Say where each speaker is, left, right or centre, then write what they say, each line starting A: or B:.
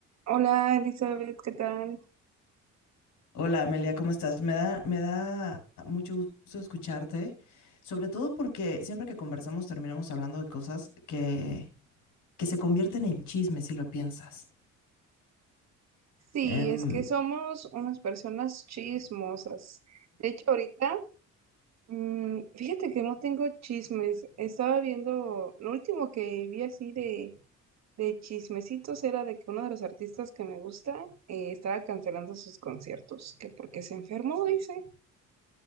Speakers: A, on the right; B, on the left.
A: Hola Elizabeth, ¿qué tal?
B: Hola Amelia, ¿cómo estás? Me da, me da mucho gusto escucharte, sobre todo porque siempre que conversamos terminamos hablando de cosas que, que se convierten en chismes si lo piensas.
A: Sí,
B: Em,
A: es que somos unas personas chismosas. De hecho, ahorita, mm, fíjate que no tengo chismes. Estaba viendo, lo último que vi así de, de chismecitos era de que uno de los artistas que me gusta eh, estaba cancelando sus conciertos, que porque se enfermó, dice.